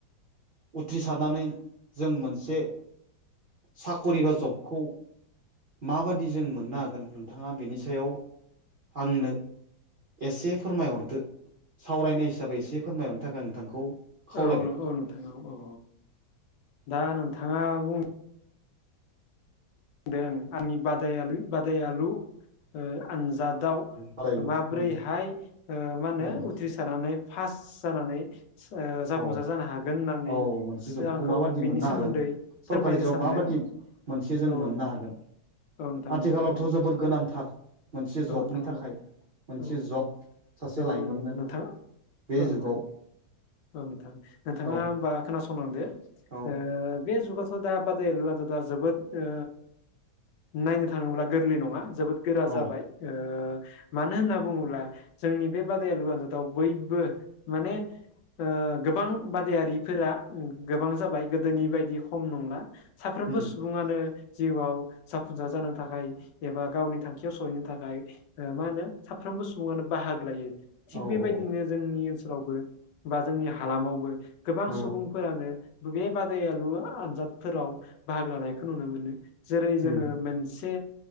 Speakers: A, on the right; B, on the left.
A: उथ्रिसारनानै जों मोनसे साकरि बा जबखौ माबादि जों मोननो हागोन नोंथाङा बेनि सायाव आंनो एसे फोरमायहरदो सावरायनाय हिसाबै एसे फोरमायहरनो थाखाय नोंथांखौ खावलायबाय
B: औ नंगौ नोंथां दा नोंथाङा बुं दों आंनि बादाय बादायलु ओ आनजाद दाउ
A: बादायलु
B: माब्रैहाय
A: उम
B: ओ मा होनो
A: उम
B: उथ्रिसारनानै फास जानानै ओ जाफुंसार
A: औ
B: जानो हागोन होननानै
A: औ मोनसे जबखौ
B: आंखौ
A: माबादि
B: बेनि
A: मोननो
B: सोमोन्दै
A: हागोन सरकारि
B: फोरमायनो
A: जब
B: सानदों
A: माबादि मोनसे जों
B: औ
A: मोननो हागोन
B: औ नोंथां
A: आथिखालावथ'
B: औ औ
A: जोबोद गोनांथार मोनसे
B: औ
A: जबनि
B: नोंथां
A: थाखाय
B: औ
A: मोनसे
B: औ
A: जब सासे
B: औ
A: लाइमोननो
B: नोंथां
A: बे
B: औ नोंथां
A: जुगाव
B: औ नोंथां नोंथाङा
A: औ
B: होनबा खोनासंलांदो
A: औ
B: ओ बे जुगाथ' दा बादाय दा जोबोद ओ नायनो थाङोब्ला गोरलै नङा जोबोद गोरा
A: औ
B: जाबाय ओ मानो होनना बुङोब्ला जोंनि बे बादायलु आन्जादाव बयबो माने ओ गोबां बादायारिफोरा गोबां जाबाय गोदोनि बायदि खम नंला साफ्रोमबो
A: उम
B: सुबुं सुबुङानो जिउआव जाफुंसार जानो थाखाय एबा गावनि थांखियाव सहैनो थाखाय ओ मा होनो साफ्रोमबो सुबुङानो बाहागो लायो थिग
A: औ
B: बेबायदिनो
A: औ
B: जोंनि ओनसोलावबो बा जोंनि हालामावबो गोबां
A: औ
B: सुबुंफोरानो बे बादायलु आनजादफोराव बाहागो लानायखौ नुनो मोनो जेरै
A: उम
B: जोङो मोनसे